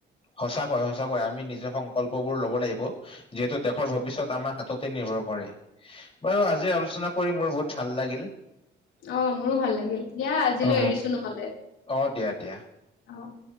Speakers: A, on the left (about 30°); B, on the left (about 85°).
A: সঁচাকৈ সঁচাকৈ আমি নিজৰ সংকল্প বোৰ লব লাগিব যিহেতু দেশৰ ভৱিষ্যত আমাৰ হাততে নিৰ্ভৰশীল নকৰে বাৰু আজি আলোচনা কৰি মোৰ বহুত ভাল লাগিল।
B: অ মোৰো ভাল লাগিল দিয়া আজিলৈ
A: অ
B: এৰিছো নহলে
A: অ দিয়া দিয়া।
B: আহ। <inaudible>